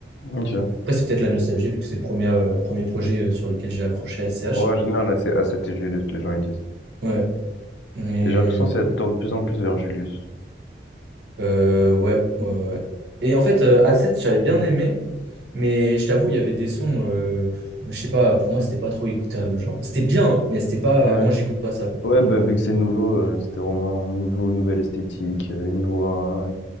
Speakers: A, on the left (about 80°); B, on the right (about 70°).
A: Ok. Ouais,
B: Après, c'est peut-être la nostalgie, vu que c'est le premier, euh, premier projet euh, sur lequel j'ai accroché à SCH.
A: en général, c'est A7 et Julius, les gens ils disent.
B: Ouais, mais
A: Et j'ai l'impression que ça Mais... tourne de plus en plus vers Julius.
B: euh, ouais, ouais, ouais. ouais. Et en fait, euh, A7, j'avais bien aimé, mais je t'avoue, il y avait des sons, euh, je sais pas, pour moi, c'était pas trop écoutable. Genre, c'était bien, hein, mais c'était pas,
A: Ouais.
B: euh, moi, j'écoute pas ça, quoi.
A: Ouais, bah vu que c'est nouveau, euh, c'était vraiment nouveau, nouvelle esthétique, euh, une voix,